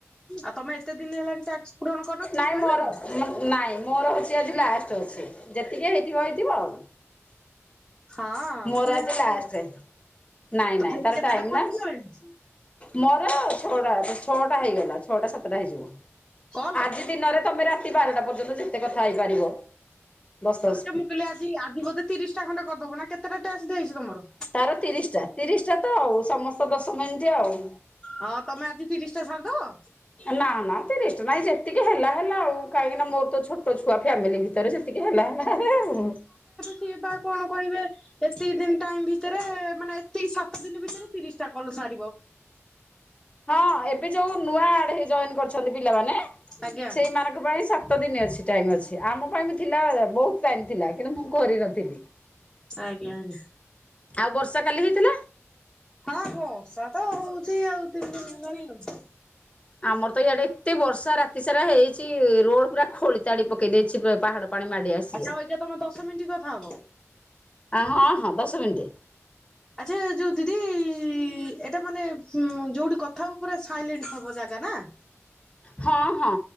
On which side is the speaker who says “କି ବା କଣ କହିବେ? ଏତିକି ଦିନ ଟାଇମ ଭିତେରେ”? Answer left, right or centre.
Centre